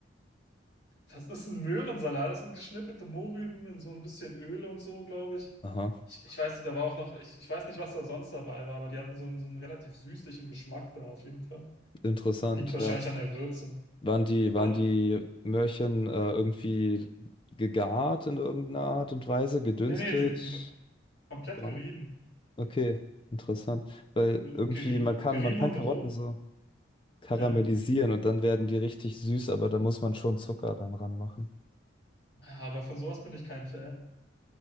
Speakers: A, on the left (about 60°); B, on the left (about 25°).
A: Was? ist ein Möhrensalat? Das sind geschnippelte Mohrrüben in so ein bisschen Öl und so, glaube ich.
B: Aha,
A: Ich, ich weiß nicht, da war auch noch, ich, ich weiß nicht, was da sonst dabei war, aber die hatten so einen, so einen relativ süßlichen Geschmack da auf jeden Fall.
B: interessant,
A: Liegt wahrscheinlich
B: ja.
A: an der Würze.
B: Waren die, waren
A: Und,
B: die Möhrchen äh, irgendwie gegart in irgendeiner Art und Weise, gedünstet,
A: nee, nee, die, die komplett
B: gebraten?
A: gerieben.
B: Okay, interessant. Weil
A: Geri,
B: irgendwie, man kann,
A: gerieben
B: man kann
A: und
B: Karotten
A: roh.
B: so karamellisieren
A: Ja.
B: und dann werden die richtig süß, aber da muss man schon Zucker dann ranmachen.
A: Ja, aber von sowas bin ich kein Fan.